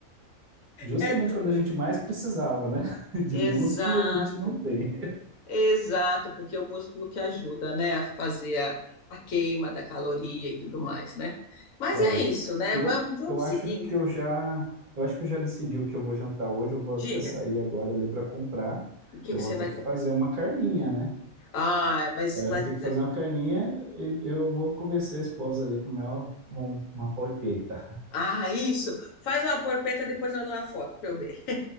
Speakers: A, on the right; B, on the left.
A: Justamente
B: É duro.
A: quando a gente mais precisava, né? <laughs> De
B: Exato.
A: músculo a gente não tem.
B: Exato, porque é o músculo que ajuda, né, a fazer a, a queima da caloria e tudo mais, né?
A: <laughs>
B: Mas
A: Olha,
B: é isso, né?
A: eu,
B: Vamos, vamos
A: eu acho
B: seguindo.
A: que eu já, eu acho que eu já decidi o que eu vou jantar hoje. Eu vou até
B: Diga,
A: sair agora ali para comprar.
B: o que
A: Eu
B: que
A: vou
B: você
A: ter
B: vai
A: que
B: comprar?
A: fazer uma carninha, né?
B: Ah, mas,
A: É, Eu
B: mas-
A: vou ter que fazer uma carninha e eu vou convencer a esposa ali a comer uma, uma polpeta.
B: ah, isso. Faz uma porpeta depois manda uma foto para eu ver.